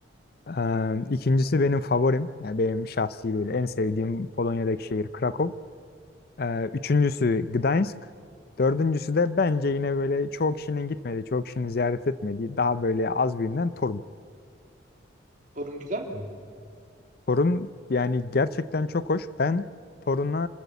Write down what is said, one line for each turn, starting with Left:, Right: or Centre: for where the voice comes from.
Left: E,
Right: Evet.
Left: ikincisi benim favorim. Yani benim şahsi böyle en sevdiğim Polonya'daki şehir Krakow. E, üçüncüsü Gdańsk. Dördüncüsü de bence yine böyle çoğu kişinin gitmediği, çoğu kişinin ziyaret etmediği daha böyle az bilinen Torun.
Right: Torun güzel mi?
Left: Torun yani gerçekten çok hoş. Ben Torun'a